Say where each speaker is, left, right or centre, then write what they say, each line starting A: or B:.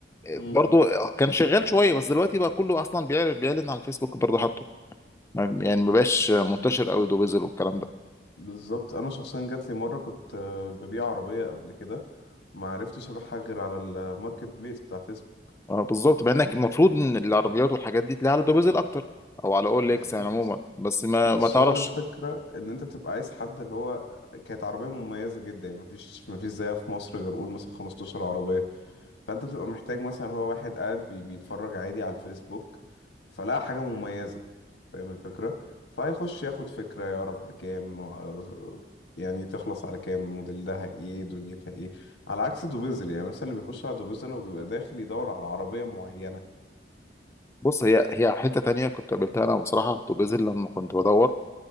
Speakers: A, on the left (about 15°); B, on the left (about 85°).
A: آه،
B: ماركتنج
A: برضو كان شغال شويه بس دلوقتي بقى كله اصلا بيعل- بيعلن على الفيسبوك برضو حاطه ما- يعني ما بقاش منتشر قوي دوبيزل والكلام ده
B: بالظبط انا شخصيا جات لي مره كنت آه، ببيع عربيه قبل كده ما عرفتش ابيعها غير على الماركت بليس بتاع فيسبوك
A: آه، بالظبط مع انك المفروض ان العربيات والحاجات دي تلاقيها على دوبيزل اكتر او على اول
B: بالظبط
A: اكس يعني عموما بس ما
B: بس
A: ما تعرفش
B: هو الفكره ان انت بتبقى عايز حد اللي هو كانت عربيه مميزه جدا يعني مفيش مفيش زيها في مصر غير قول مثلا 15 عربيه فانت بتبقى محتاج مثلا هو واحد قاعد بي بيتفرج عادي على الفيسبوك فلقى حاجة مميزة فاهم الفكرة فهيخش ياخد فكرة يعرف بكام آه، يعني تخلص على كام موديلها ايه دنيتها ايه على عكس دوبيزل يعني مثلا اللي بيخش على دوبيزل هو بيبقى داخل يدور على عربية معينة
A: بص هي هي حته تانية كنت قابلتها انا بصراحه في دوبيزل لما كنت بدور